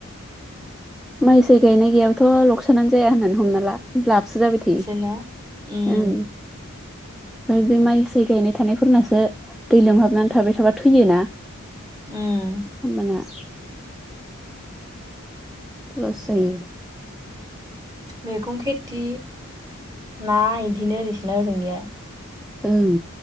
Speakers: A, in the centre; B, on the right.
A: माइसाइ गायनाय गैयाबाथ' लकसानानो जाया होननानै हमना ला होब्ला सो जाबाय थायो
B: इसोरना उम
A: ओं ओमफ्राय बे माइसाइ गायनाय थानायफोरनासो दै लोमहाबनानै थाबाय थाबा थैयोना।
B: उम
A: होमबाना लस जायो।
B: मैगं खेथि ना इदिनो ओरैसोना ओजोंनिया
A: ओं